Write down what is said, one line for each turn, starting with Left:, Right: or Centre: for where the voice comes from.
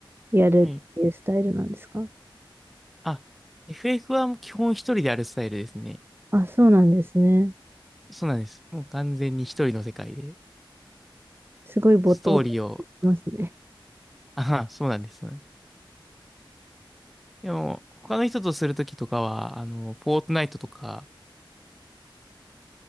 Right: やるっていうスタイルなんですか
Centre: はい。あ、FF はもう基本一人でやるスタイルですね。
Right: あ、そうなんですね。
Centre: そうなんです。もう完全に一人の世界で、
Right: すごい没頭できますね。
Centre: ストーリーを、あは、そうなんです。そうなんです。でも、他の人とするときとかは、あの、フォートナイトとか、